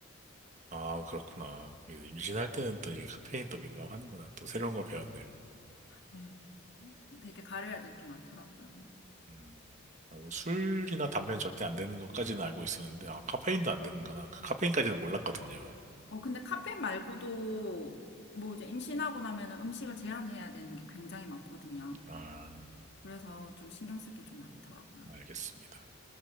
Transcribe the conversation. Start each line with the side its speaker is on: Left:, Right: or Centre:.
Right: 아, 그렇구나. 그 임신할 때는 또 이게 카페인 또 민감하는구나. 또 새로운 걸 배웠네요.
Left: 네. 되게 가려야 될 게 많더라고요.
Right: 음, 아, 뭐 술이나 담배는 절대 안 되는 것까지는 알고 있었는데, 아, 카페인도 안 되는 거나, 그 카페인까지는 몰랐거든요.
Left: 어, 근데 카페인 말고도 뭐 이제 임신하고 나면은 음식을 제한해야 되는 게 굉장히 많거든요.
Right: 아,
Left: 그래서 좀 신경 쓸 게 좀 많더라고요.
Right: 알겠습니다.